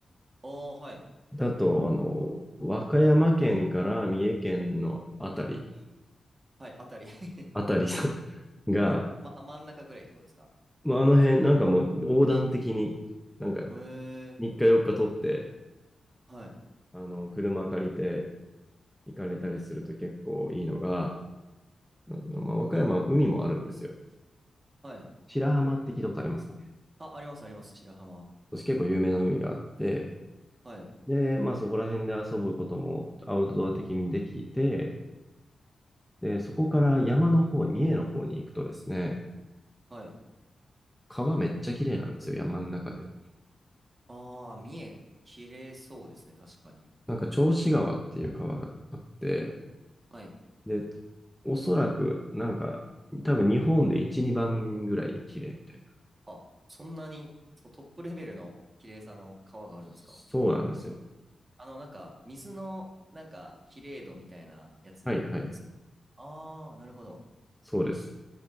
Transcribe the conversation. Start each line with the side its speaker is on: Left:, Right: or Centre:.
Right: おーはい
Centre: だと、あの、和歌山県から三重県のあたり、
Right: はいあたり <laughs>
Centre: あたりの <laughs> が、
Right: その、ま、真ん中ぐらいってことですか
Centre: まあ、あの辺、なんかもう横断的に、なんか
Right: へ
Centre: 3日4日取って、
Right: え、はい、
Centre: あの、車借りて行かれたりすると結構いいのが、なんていうの、まあ、和歌山は海もあるんですよ。
Right: はい。
Centre: 白浜って聞いたことありますかね
Right: あ、あります、あります、白浜。
Centre: そして結構有名な海があって、
Right: はい、
Centre: で、まあそこら辺で遊ぶこともアウトドア的にできて、で、そこから山の方、三重の方に行くとですね、
Right: はい。
Centre: 川めっちゃ綺麗なんですよ、山の中で。
Right: ああ、三重、綺麗そうですね、確かに。
Centre: なんか、銚子川っていう川があって、
Right: はい。
Centre: で、おそらく、なんか、多分日本で1、2番ぐらいに綺麗みたいな。
Right: あ、そんなに、そう、トップレベルの綺麗さの川があるんですか
Centre: そうなんですよ。
Right: あの、なんか、水の、なんか、綺麗度みたいなやつなんですかああー、
Centre: はいはい。
Right: なるほど。
Centre: そうです。